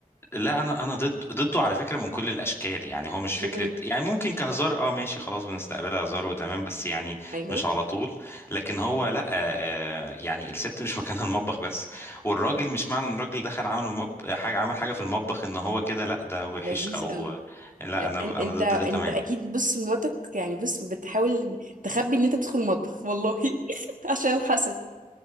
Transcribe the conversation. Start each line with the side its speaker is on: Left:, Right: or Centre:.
Left: لا انا انا ضد ضده على فكره من كل الاشكال يعني هو مش فكره
Right: مهم.
Left: يعني ممكن كهزار اه ماشي خلاص بنستقبلها هزار وتمام بس يعني
Right: ايوه
Left: مش على طول لكن هو لا آه آه، يعني الست مش <laughs> مكانها المطبخ بس والراجل مش معنى ان الراجل دخل عمل مب... حاجه عمل حاجه في المطبخ ان هو كده لا ده وحش
Right: لذيذ
Left: او
Right: قوي
Left: لا
Right: لا
Left: انا
Right: إن- انت
Left: انا ضد
Right: انت
Left: ده تماما
Right: اكيد بص مراتك يعني بص بتحاول تخبي ان انت تدخل المطبخ والله <laughs> عشان الحسد